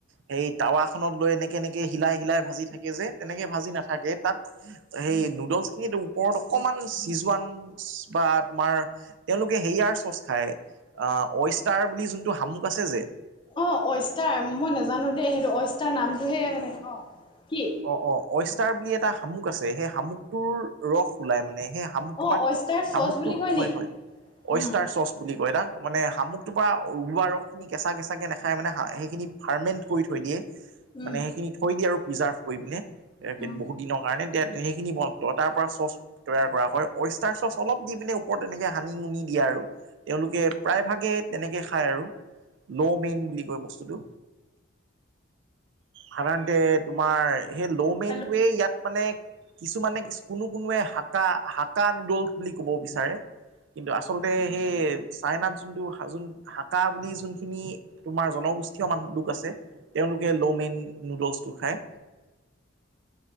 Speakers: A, on the right; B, on the left.
A: সেই টাৱা খনত লৈ এনেকে এনেকে হিলাই হিলাই ভাজি থাকে যে তেনেকে ভাজি নাথাকে তাত সেই নুডলছ খিনিত ওপৰত অকমান চিজোৱান বা তোমাৰ তেওঁলোকে হেয়া চচ খাই, আহ অষ্টাৰ বুলি যোনটো শামুক আছে যে
B: অ', অষ্টাৰ মই নাজানো দেই সেইটো অষ্টাৰ নামটোহে মানে অ'। কি
A: অ', অ', অষ্টাৰ বুলি এটা শামুক আছে সেই শামুকটোৰ ৰস ওলাই মানে। সেই শামুক
B: অ',
A: পাৰ
B: অইষ্টাৰ
A: শামুকটোক
B: চচ বুলি কয়
A: হয়
B: নি?
A: হয়, অষ্টাৰ
B: উম,
A: চৰ্চ বুলি কয় তাক। মানে শামুকটোৰ পৰা ওলোৱা ৰসখিনি কেঁচা কেঁচাকে নেখাই মানো সেইখিনি ফাৰ্মেণ্ট কৰি থৈ দিয়ে।
B: উম,
A: মানে সেইখিনি থৈ দিয়ে আৰু প্ৰিজাৰ্ভ কৰি পিনে
B: উম,
A: বহুত দিনৰ কাৰণে সেইখিনি বন তাৰ পৰা চ'চ তৈয়াৰ কৰা হয়, ৱইষ্টাৰ চচ অলপ দি পিনে ওপৰত তেনেকে সানি মুুনি দিয়া তেওঁলোকে প্ৰায় ভাগে তেনেকে খায় আৰু। ন মেইন বুলি কয় বস্তুটো। সাধাৰণতে তোমাৰ সেই লমেইনটোৱে
B: হেল্ল'
A: ইয়াত মানে কিছুমানে কোনো-কোনোৱে হাটা-হাটা নুদুল বুলি ক'ব বিচাৰে। কিন্তু আচলতে সেই চাইনাত যোনটো যোন হাকা বুলি যোনখিনি তোমাৰ জনগোষ্ঠীমান লোক আছে তেওঁলোক তেওঁলোকে ন মেন নোডেলছ টো খায়।